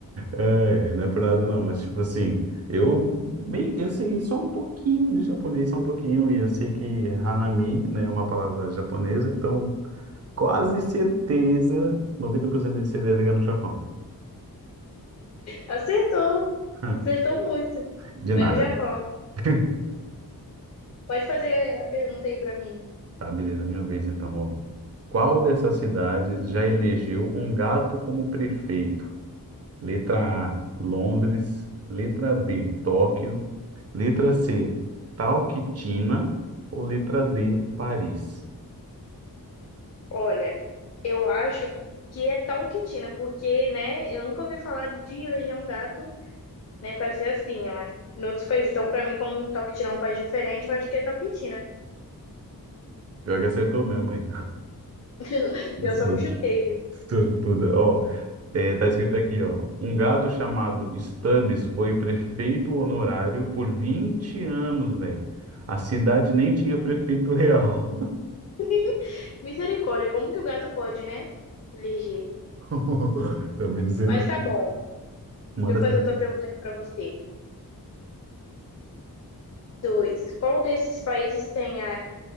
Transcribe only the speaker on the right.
É, é, não é por nada não, mas tipo assim, eu meio, eu sei só um pouquinho de japonês, só um pouquinho, e eu sei que hanami, né, é uma palavra japonesa, então quase certeza, 90% de certeza que é no Japão.
<laughs>
De
nada.
<laughs>
Tá, beleza, minha vez então, ó. Qual dessas cidades já elegeu um gato como prefeito? Letra A, Londres. Letra B, Tóquio. Letra C, Talquitina. Ou letra D, Paris?
Pior que acertou mesmo aí.
<laughs>
Sur-
Sortuda. Ó, é, tá escrito aqui, ó. Um gato chamado Stubbs foi prefeito honorário por 20 anos, velho. A cidade nem tinha prefeito real.
<laughs> Também não sei
não.
Manda
assim,